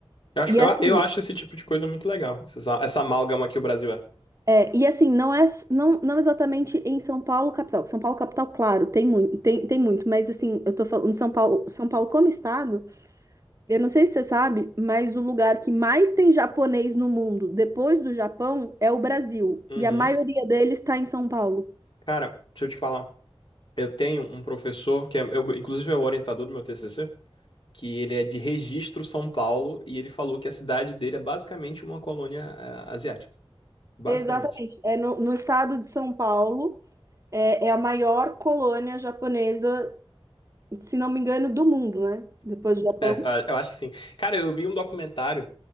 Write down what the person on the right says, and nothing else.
E
assim,
é, e assim, não é s- não, não exatamente em São Paulo capital. São Paulo capital, claro, tem muito, tem, tem muito, mas assim, eu tô falando São Paulo, São Paulo como estado. Eu não sei se você sabe, mas o lugar que mais tem japonês no mundo, depois do Japão, é o Brasil.
E a maioria deles está em São Paulo.
Exatamente. É no, no estado de São Paulo, é, é a maior colônia japonesa, se não me engano, do mundo, né? Depois do Japão.